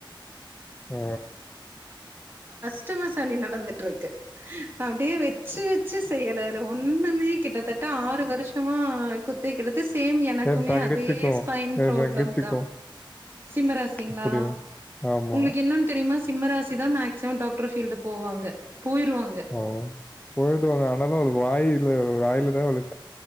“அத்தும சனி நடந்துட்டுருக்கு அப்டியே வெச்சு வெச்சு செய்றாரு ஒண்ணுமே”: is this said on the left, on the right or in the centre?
Right